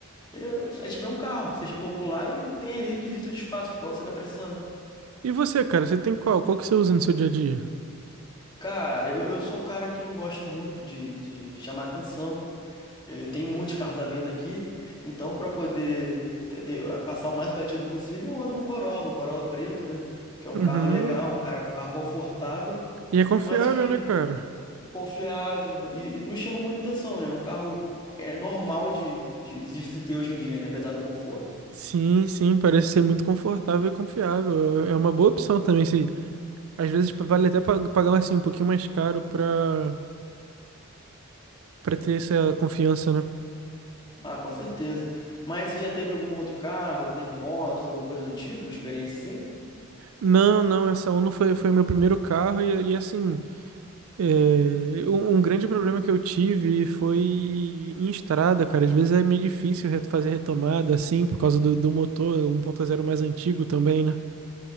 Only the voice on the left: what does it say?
eu- A gente um carro que seja popular e tenha requisito de espaço, porque você tá precisando.
Cara, eu, eu sou um cara que não gosto muito de, de chamar atenção. É, Eu tenho muitos carros à venda aqui, então para poder ter- ter- passar o mais batido possível, eu ando num Corolla, um Corolla preto, né? Que é um
carro legal, um cara, um carro confortável,
mas que
confiável e não chama muita atenção, né? É Um carro é normal de, de, de se ter hoje em dia, né? Apesar do conforto.
Ah, com certeza. Mas você já teve algum outro carro, teve moto, teve alguma coisa do tipo, experiência sim?